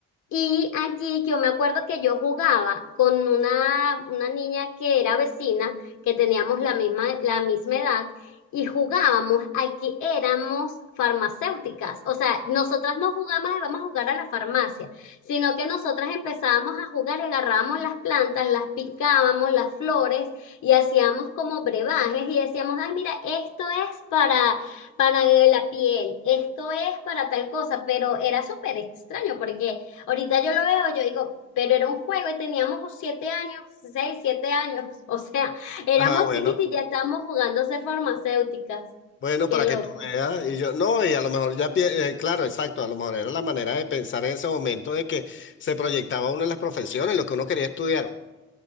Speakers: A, on the left; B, on the left.
A: Y allí yo me acuerdo que yo jugaba con una, una niña que era vecina, que teníamos la misma, la misma edad, y jugábamos a que éramos farmacéuticas. O sea, nosotras no jugábamos de vamos a jugar a la farmacia, sino que nosotras empezábamos a jugar y agarrábamos las plantas, las picábamos, las flores, y hacíamos como brebajes y decíamos, ay, mira, esto es para para la piel, esto es para tal cosa, pero era súper extraño porque Ahorita yo lo veo, yo digo, pero era un juego y teníamos siete años, seis, siete años. <laughs> O sea, éramos
B: Ah, bueno,
A: chiquitos y ya estábamos jugando a ser farmacéuticas.
B: bueno,
A: Qué
B: para
A: loco.
B: que tú veas. Y yo, no, y a lo mejor ya, pie- eh, claro, exacto, a lo mejor era la manera de pensar en ese momento de que se proyectaba uno en las profesiones, lo que uno quería estudiar.